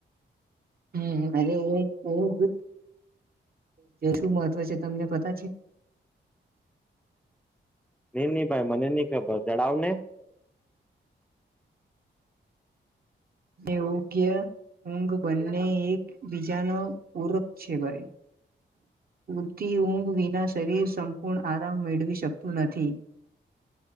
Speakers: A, on the right; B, in the centre.
A: હમ અને <unintelligible> જે શું મહત્વ છે તમને પતા છે
B: ની ની ભાઈ મને ની ખબર જણાવને
A: એ ઓગ્ય ઊઘ બંને એક બીજાનો. પૂરક છે ભાઈ પૂરતી ઊંઘ વિનાશ શરીર સંપૂર્ણ આરામ મેળવી શકતું નથી